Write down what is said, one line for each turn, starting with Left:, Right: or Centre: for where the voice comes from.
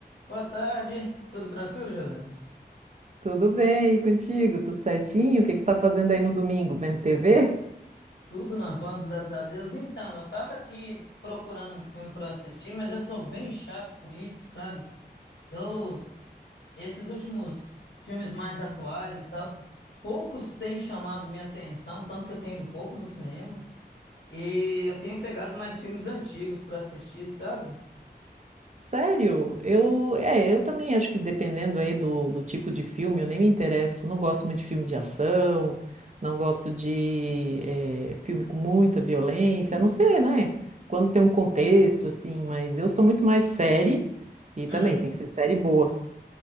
Left: Boa tarde, tudo tranquilo, Josana?
Right: Tudo bem, e contigo? Tudo certinho? O que que você está fazendo aí no domingo? Vendo TV?
Left: Tudo na paz, graças a Deus. Então, eu tava aqui procurando um filme pra assistir, mas eu sou bem chato com isso, sabe? Eu, esses últimos filmes mais atuais e tal, poucos têm chamado minha atenção, tanto que eu tenho ido pouco no cinema, e eu tenho pegado mais filmes antigos pra assistir, sabe?
Right: Sério? Eu, é, eu também acho que dependendo aí do, do tipo de filme, eu nem me interesso. Não gosto muito de filme de ação, não gosto de eh, filme com muita violência, a não ser, né? Quando tem um contexto, assim, mas eu sou muito mais série e também
Left: Hum.
Right: tem que ser série boa.